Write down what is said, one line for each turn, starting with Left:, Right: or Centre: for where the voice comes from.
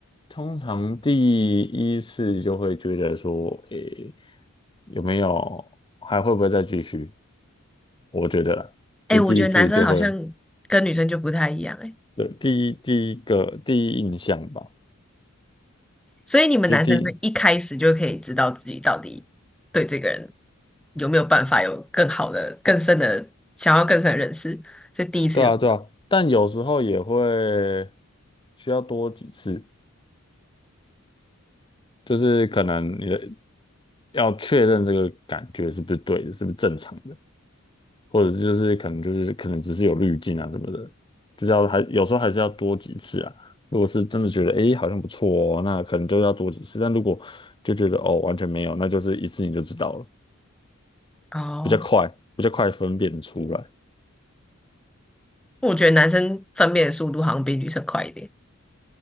Left: 通常第一次就会觉得说，诶，有没有还会不会再继续？我觉得啦这第一次就会，
Centre: 哎、我觉得男生好像跟女生就不太一样哎、
Left: 对，第一第一个第一印象吧。
Centre: 所以你们男生是一开始就可以知道自己到底对这个人
Left: 就是第，
Centre: 有没有办法有更好的、更深的想要更深的认识，所以第一次就知道。
Left: 对啊，对啊，但有时候也会需要多几次，就是可能你的要确认这个感觉是不是对的，是不是正常的，或者就是可能就是可能只是有滤镜啊什么的，就是要还有时候还是要多几次啊。如果是真的觉得诶好像不错哦，那可能就要多几次，但如果就觉得哦完全没有，那就是一次你就知道了，
Centre: 哦，
Left: 比较快，比较快分辨出来。
Centre: 我觉得男生分辨的速度好像比女生快一点。